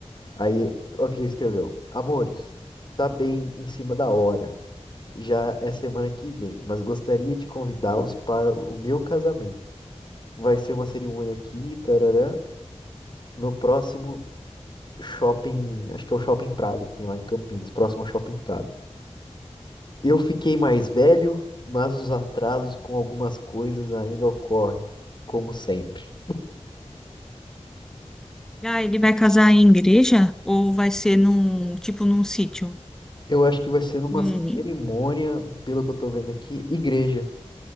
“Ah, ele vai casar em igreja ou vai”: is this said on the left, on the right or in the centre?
Centre